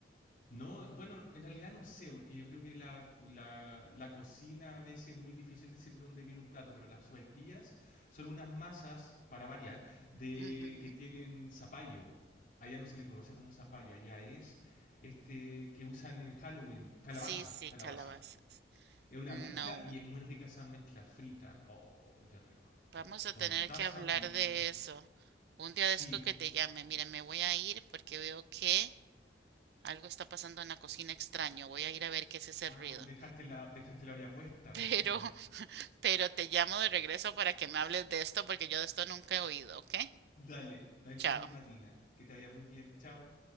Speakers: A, on the left; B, on the right.
A: No, bueno, en realidad no sé, porque yo creo que la, la, la cocina a veces es muy difícil decir de dónde viene un plato, pero las sopaipillas son unas masas, para variar, de
B: Ujú.
A: que tienen zapallo. Allá no se le conoce como zapallo, allá es este que usan en Halloween, calabaza,
B: Sí, sí,
A: calabaza.
B: calabazas.
A: Es una
B: No,
A: mezcla y es muy rica esa mezcla frita. Oh, qué rico, qué
B: vamos
A: rico.
B: a
A: Con
B: tener
A: mostaza,
B: que hablar
A: uh.
B: de eso. Un día
A: Sí.
B: de estos que te llame. Mira, me voy a ir porque veo que algo está pasando en la cocina extraño. Voy a ir a ver qué es ese
A: Ay,
B: ruido.
A: dejaste la, dejaste la olla puesta,
B: Pero,
A: mujer.
B: <laughs> pero te llamo de regreso para que me hables de esto porque yo de esto nunca he oído, ¿ok?
A: Dale, no hay problema,
B: Chao.
A: Dina. Que te vaya muy bien. Chao.